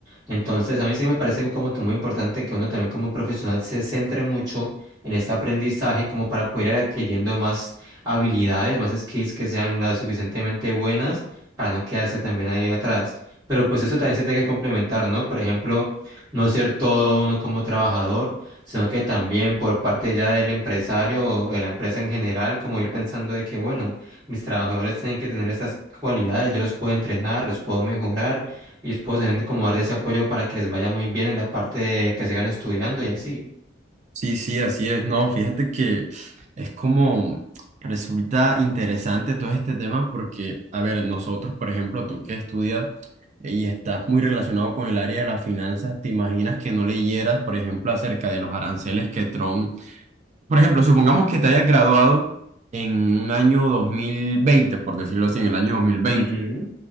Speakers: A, on the right; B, on the right.
A: Entonces, a mí sí me parece como que muy importante que uno también como profesional se centre mucho en este aprendizaje como para poder ir adquiriendo más habilidades, más skills que sean lo suficientemente buenas para no quedarse también ahí atrás. Pero pues eso también se tiene que complementar, ¿no? Por ejemplo, no ser todo uno como trabajador, sino que también por parte ya del empresario o de la empresa en general, como ir pensando de que, bueno, mis trabajadores tienen que tener estas cualidades, yo los puedo entrenar, los puedo mejorar, y les puedo tener como darle ese apoyo para que les vaya muy bien en la parte de que sigan estudiando y así.
B: Sí, sí, así es. No, fíjate que es como resulta interesante todo este tema porque, a ver, nosotros, por ejemplo, tú que estudias eh, y estás muy relacionado con el área de las finanzas, ¿te imaginas que no leyeras, por ejemplo, acerca de los aranceles que Trump, por ejemplo, supongamos que te hayas graduado en un año 2020, por decirlo así, en el año dos mil veinte
A: Ujú.